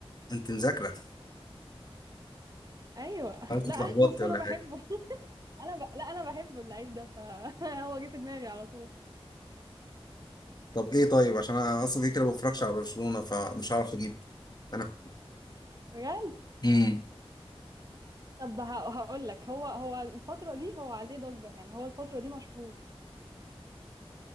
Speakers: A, on the left (about 40°); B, on the right (about 40°).
A: انت مذاكرة
B: ايوه <laughs>
A: انا كنت
B: لا
A: اتلخبطت
B: اصل
A: ولا
B: انا بحبه
A: حاجة
B: <laughs> انا ب... لا انا بحبه اللعيب ده فهو <laughs> جه في دماغي على طول
A: طب ايه طيب عشان انا اصلا كده كده ما بفرجش على برشلونة فمش هعرف اجيب انا
B: بجد
A: امم
B: طب هقول لك هو هو الفترة دي هو عليه ضجة يعني هو الفترة دي مشهور